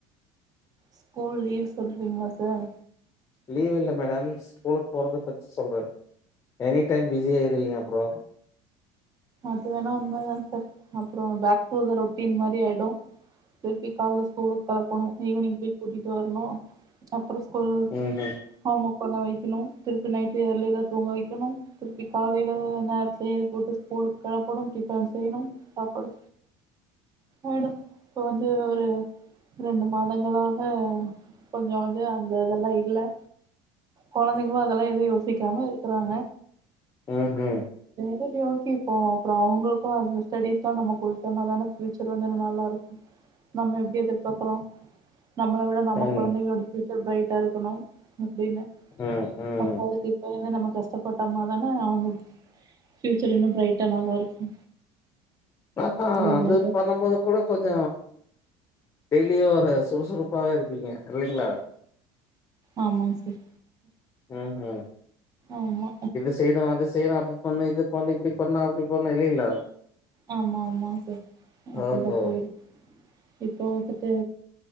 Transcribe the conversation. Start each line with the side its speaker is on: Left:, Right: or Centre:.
Right: ஸ்கூல் லீவ் சொல்றீங்ளா சார்
Left: லீவ் இல்ல மேடம் ஸ்கூலுக்கு போறத பத்தி சொல்றே எனி டைம் பிஸி ஆயிருவீங்க அப்றோ
Right: அது வேணா உண்மதாங்க சார் அப்றம் பேக் டு த ரொட்டின் மாரி ஆயிடு திருப்பி கால்ல ஸ்கூலுக்கு கெளப்பணு ஈவ்னிங் போய் கூட்டிட்டு வரணு அப் புற ஸ்கூல்
Left: ம் ம்
Right: ஹோம்ஒர்க் பண்ண வைக்கணு திருப்பி நைட்டு இயர்லியரா தூங்க வைக்கணு திரு ப்பி காலைல நேரத்துல எழு புட்டு ஸ்கூலுக்கு கெளப்பனு டிஃபன் செய்யணு சாப்பாடு ஆயிடு இப்போ வந்து ஒரு ரெண்டு மாதங்களாக கொஞ்ச வந்து அந்த இதெல்லா இல்ல கொழந்தைங்களு அதெல்லா எதும் யோசிக்காம இரு க்குறாங்க
Left: ம்ஹும்
Right: சேரி ஓகே இப்போ அப்புறோ அவுங்களுக்கு அந்த ஸ்டடிஸ்லா நம்ம குடுத்தோன்னா தான ஃப்யூச்ச சர் வந்து நல்லா இருக்கு நம்ம எப்டி எதிர்பாக்குறோ நம்ள விட நம்ம
Left: ம்
Right: குழந்தைகளோடு ஃப்யூச் சர் ப்ரைட்டா இருக்கணு அப்படின்னு
Left: ம் ம்
Right: அப்ப அதுக்கு இப்பெந்து நம கஷ்டப்பட்டாம்ன தானே அவுங்க ஃபியூச்சர் இன்னு ப்ரைட்டா நல்லா இருக்கு
Left: ஆ அ
Right: இல்லைங்களா
Left: அது
Right: சார்
Left: பண்ணம்போது கூட கொஞ்ச டெய்லி ஒரு சுறுசுறுப்பாவே இருப்பீங்க இல்லிங்ளா
Right: ஆமாங் சார்
Left: ம்ஹும்
Right: ஆமா
Left: இது செய்ணு அது செய்யணு அது பண்ணு இது பண்ணு இப்புடி பண்ண அப்புடி பண்ண இல்லிங்களா
Right: ஆமா ஆமா சார் அப்புடிதா
Left: ஓஹோ
Right: போயிடு இப்போ வந்துட்டு